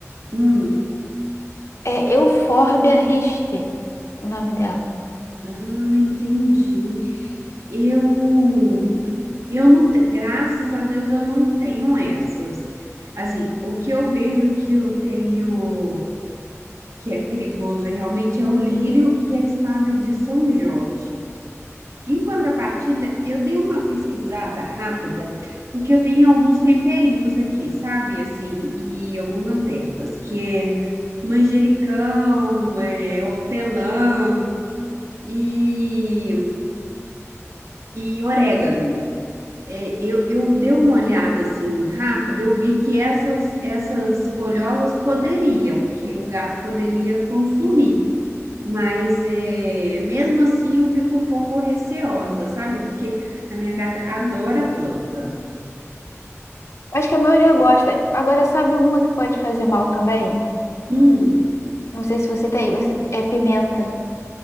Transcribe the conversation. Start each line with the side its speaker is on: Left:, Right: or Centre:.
Right: hum,
Left: É Euphorbia rister, o nome dela.
Right: ah, entendi. Eu, eu não, te- graças a Deus eu não tenho essas. Assim, o que eu vejo que eu tenho que é perigoso é realmente é o lírio e a espada de São Jorge. Em contrapartida, eu dei uma pesquisada rápida, porque eu tenho alguns temperinhos aqui, sabe? Assim, e algumas ervas, que é manjericão, é, hortelã e, e orégano. É, eu, eu dei uma olhada assim rápido, eu vi que essas, essas folhosas poderiam, que o gato poderia consumir. Mas é, mesmo assim eu fico um pouco receosa, sabe? Porque a minha gata adora planta.
Left: Acho que a maioria gosta. Agora, sabe uma que pode fazer mal também?
Right: Hum,
Left: Não sei se você tem. você- É pimenta.